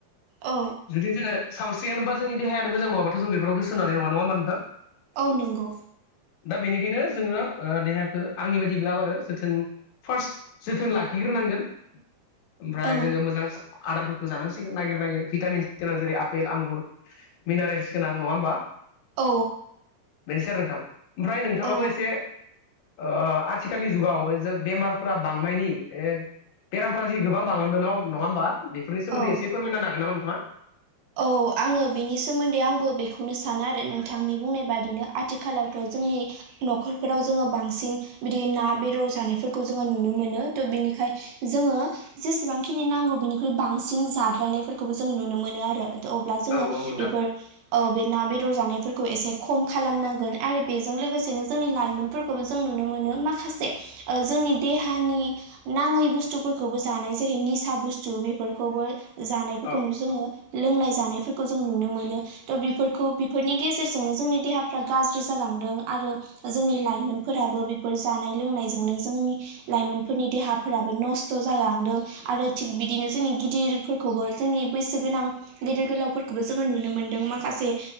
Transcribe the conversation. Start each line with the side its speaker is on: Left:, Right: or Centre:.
Right: औ
Left: जुदि जोङो सावस्रि जेनबा जों देहाय मोजां नाडाबाथ' जों बेयाव गोसो होनो हानाय नङा मानो होनबा?
Right: औ नंगौ
Left: दा बेनिखायनो जोङो देहाखौ आंनि बायदिब्लाब आरो जोथोन फार्स्ट जोथोन लाखिग्रो नांगोन ओमफ्राय
Right: औ
Left: जोङो मोजां आदारफोरखौ जानांसिगोन नागिर नागिर भिटामिनस गोनां जेरै आपेल आंगुर मिनारेल्स गोनां नङा होमबा?
Right: औ
Left: बेनो सि आरो नोंथां ओमफ्राय नोंथाङाबो
Right: औ
Left: एसे ओ आथिखालनि जुगाव जे बेमारफोरा बांनायनि बेरामफ्रा जि गोबां बांलांदों ना नङा होमबा बेफोरनि सोमोन्दै
Right: औ
Left: एसे फोरमायनो हागोन नामा नोंथाङा?
Right: औ आङो बिनि सोमोन्दै आंबो बेखौनो सानो आरो नोंथांनि बुंनाय बादिनो आथिखालावथ' जोंनि न'खरफोराव जोङो बांसिन बिदि ना बेदर जानायफोरखौ जोङो नुनो मोनो त' बिनिखाय जोङो जेसेबांखिनि नांगौ बिनिख्रुइ बांसिन जाद्रायनायफोरखौबो जोंङो नुनो मोनो आरो । अब्ला जोङो
Left: औ औ नोंथां
Right: बेफोर बे ओ ना बेदर जानायफोरखौ एसे खम खालामनांगोन आरो बेजों लोगोसेनो जोंनि लाइमोनफोरखौबो जों नुनो मोनो मा माखासे ओ जोंनि देहानि नाङै बुस्थुफोरखौबो जानाय जेरै निसा बुसथु बेफोरखौबो जानायफोरखौनो
Left: औ
Right: जोङो लोंनाय जानायफोरखौ जों नुनो मोनो त' बेफोरखौ बेफोरनि गेजेरजोंनो जोंनि देहाफ्रा गाज्रि जालाङो । जोंनि लाइमोनफोराबो बेफोर जानाय लोंनायजोंनो जोंनि लाइमोनफोरनि देहा फोराबो नस्थ' जालांदों आरो थिग बिदिनो जोंनि गिदिरफोरखौबो जोंनि बैसो गोनां गेदेर गोलावफोरखौबो जोङो नुनो मोनदों माखासे